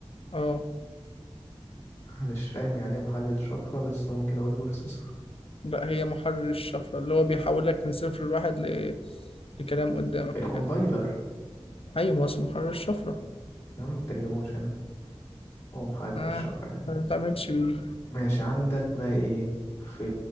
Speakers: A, on the left; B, on the left.
A: اه
B: أنا مش فاهم يعني إيه محلل شفرة بس ممكن اقول بروسيسور
A: لا هي محرر الشفره اللي هو بيحول لك من صفر لواحد ل... لكلام قدامك
B: الكومبايلر
A: وكده ايوه ما هو محرر الشفره
B: يا عم ما ترجموش انا هو محلل
A: اه
B: شفرة يعني
A: ما بتعملش بيه
B: ماشي عندك بقى ايه في